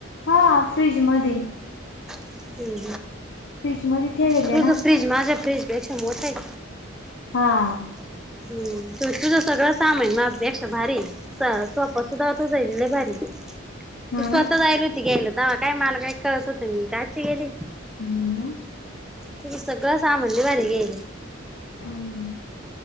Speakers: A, on the left; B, in the centre.
A: हा फ्रीज मध्ये
B: हम्
A: फ्रीज मध्ये ठेवेले
B: तुझ
A: ना
B: फ्रीज माझ्या फ्रीज पेक्षा मोठा आहे
A: हा
B: हम् तुझं सगळं सामान माझ्यापेक्षा भारी सोपा सुधा तुझा लई भारी
A: हा
B: तू स्वतः
A: ना
B: जायला होती गेयला तवा काय मला काय कळत होत मी काची गेली
A: हम्
B: तूझ सगळं सामनली भारी गेईली
A: हम्म